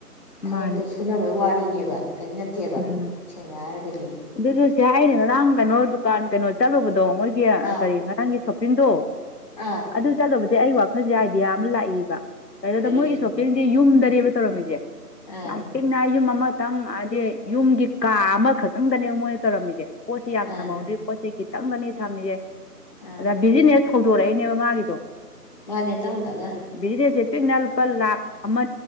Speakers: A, on the left (about 85°); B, on the left (about 25°).
A: ꯃꯥꯅꯦ
B: ꯊꯕꯛꯇꯣ ꯁꯨꯅꯕꯩ ꯋꯥ ꯀꯅꯦꯕ ꯀꯔꯤꯝ ꯅꯠꯇꯦꯕ
A: ꯎꯝ
B: ꯁꯦꯡꯅ ꯍꯥꯏꯔꯒꯗꯤ
A: ꯑꯗꯨꯁꯨ ꯁꯤ ꯍꯥꯏꯅꯦ ꯉꯔꯥꯡ ꯀꯩꯅꯣ ꯗꯨꯀꯥꯟ ꯀꯩꯅꯣ ꯆꯠꯂꯨꯕꯗꯣ ꯑꯗꯣ ꯃꯣꯏꯒꯤ
B: ꯑꯥ
A: ꯀꯔꯤ ꯉꯔꯥꯡꯒꯤ ꯁꯣꯄꯤꯡꯗꯣ
B: ꯑꯥ
A: ꯑꯗꯨ ꯆꯠꯂꯕꯗꯤ ꯑꯩ ꯋꯥꯈꯜꯁꯦ ꯍꯥꯏ ꯗꯤꯌꯥ ꯑꯃ ꯂꯥꯛꯏꯕ ꯀꯩꯅꯣꯗ
B: ꯀꯔꯤ
A: ꯃꯣꯏꯒꯤ ꯁꯣꯞꯄꯤꯡꯁꯦ ꯌꯨꯝꯗ ꯂꯩꯕ ꯇꯧꯔꯝꯒꯦ
B: ꯑꯥ
A: ꯆꯝꯄꯅ ꯃ ꯑꯃꯇꯪ ꯍꯥꯏꯗꯤ ꯌꯨꯝꯒꯤ ꯀꯥ ꯑꯃꯈꯛ ꯈꯪꯗꯅꯦꯕ ꯃꯣꯏꯅ ꯇꯧꯔꯝꯃꯤꯁꯦ ꯄꯣꯠꯦ ꯌꯥꯝ
B: ꯑꯥ
A: ꯊꯍꯧꯗ꯭ꯔꯤ ꯄꯣꯠꯁꯦ ꯈꯤꯇꯪꯒꯅꯤ ꯊꯝꯃꯤꯁꯦ
B: ꯑꯥ
A: ꯑꯗꯨꯗ ꯕꯤꯖꯤꯅꯦꯁ ꯍꯧꯗꯣꯔꯛꯏꯅꯦꯕ ꯃꯥꯒꯤꯗꯣ
B: ꯃꯥꯅꯦ ꯇꯞꯅ ꯇꯞꯅ
A: ꯕꯤꯖꯤꯅꯦꯁꯁꯦ ꯄꯤꯛꯅ ꯂꯨꯄꯥ ꯂꯥꯛꯈ ꯑꯃ